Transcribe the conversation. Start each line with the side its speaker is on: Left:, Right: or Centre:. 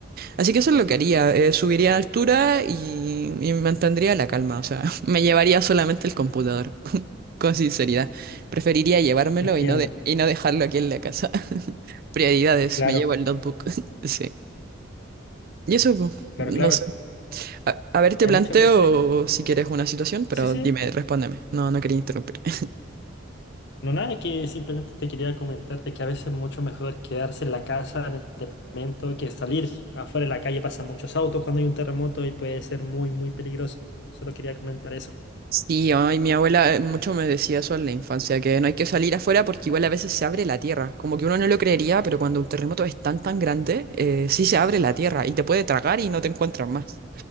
Right: Así que eso es lo que haría. eh, subiría a altura y, y mantendría la calma. O sea, <laughs> me llevaría solamente el computador. Con sinceridad, preferiría llevármelo
Left: Entiendo.
Right: y no, de, y no dejarlo aquí en la casa. <laughs> Prioridades,
Left: Claro,
Right: me llevo el notebook. <laughs> Sí. Y eso, pues,
Left: claro,
Right: no
Left: claro.
Right: sé. A, a ver, te
Left: Hay
Right: planteo
Left: muchas veces,
Right: si quieres una situación, pero
Left: sí, sí,
Right: dime, respóndeme. No, no quería interrumpir. <laughs>
Left: no nada, que simplemente te quería comentarte que a veces es mucho mejor quedarse en la casa, en el departamento, que salir afuera en la calle. Pasan muchos autos cuando hay un terremoto y puede ser muy, muy peligroso. Solo quería comentar eso.
Right: Sí, ay, mi abuela eh, mucho me decía eso en la infancia, que no hay que salir afuera porque igual a veces se abre la tierra. Como que uno no lo creería, pero cuando un terremoto es tan, tan grande, eh, sí se abre la tierra y te puede tragar y no te encuentras más.